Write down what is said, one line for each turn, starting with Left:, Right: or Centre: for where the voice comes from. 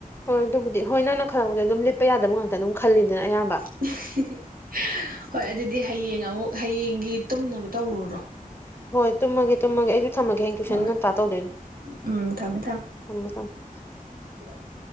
Left: ꯍꯣꯏ ꯑꯗꯨꯕꯨꯗꯤ ꯍꯣꯏ ꯅꯪꯅ ꯈꯜꯂꯛꯄꯗꯤ ꯑꯗꯨꯝ ꯂꯤꯠꯄ ꯌꯥꯗꯕ ꯉꯥꯛꯇ ꯑꯗꯨꯝ ꯈꯜꯂꯤꯗꯅ ꯑꯌꯥꯝꯕ
Right: <unintelligible> ꯍꯣꯏ ꯑꯗꯨꯗꯤ ꯍꯌꯦꯡ ꯑꯃꯨꯛ ꯍꯌꯦꯡꯒꯤ ꯇꯨꯝꯅꯕ ꯇꯧꯔꯨꯔꯣ꯫
Left: ꯍꯣꯏ ꯇꯨꯝꯃꯒꯦ ꯇꯨꯝꯃꯒꯦ ꯑꯩꯁꯨ ꯊꯝꯃꯒꯦ ꯍꯌꯦꯡ ꯇꯨꯏꯁꯟ
Right: ꯍꯣꯏ
Left: ꯉꯟꯇꯥ ꯇꯧꯗꯣꯏꯅꯤ
Right: ꯎꯝ ꯊꯝꯃꯦ ꯊꯝꯃꯦ
Left: ꯊꯝꯃꯣ ꯊꯝꯃꯣ꯫
Right: <unintelligible>